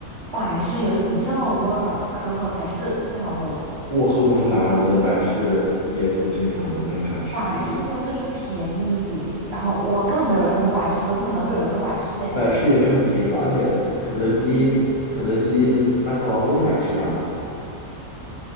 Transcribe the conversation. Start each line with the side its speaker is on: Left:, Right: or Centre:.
Right: 百事有一股药味儿，可口才是最好喝的。
Left: 我喝不出来，我觉得百事也挺正常的，没有啥区别。
Right: 百事它就是便宜，然后哇，根本没有人喝百事，怎么可能会有人喝百事嘞？
Left: 百事也没有很便宜吧，而且肯德基、肯德基的麦当劳都是百事啊，